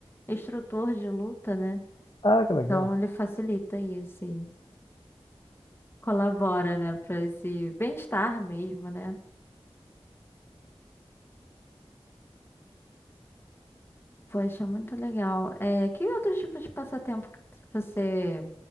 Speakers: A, on the left (about 20°); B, on the left (about 45°).
A: instrutor de luta, né?
B: Ah, que
A: Então,
B: legal.
A: ele facilita e esse colabora, né, para esse bem-estar mesmo, né? Poxa, muito legal. É, que outro tipo de passatempo que você